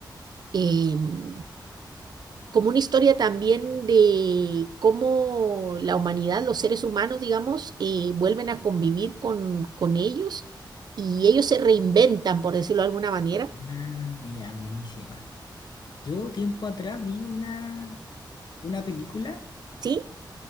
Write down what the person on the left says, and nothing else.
Ah, ya, buenísima. Yo tiempo atrás vi una, una película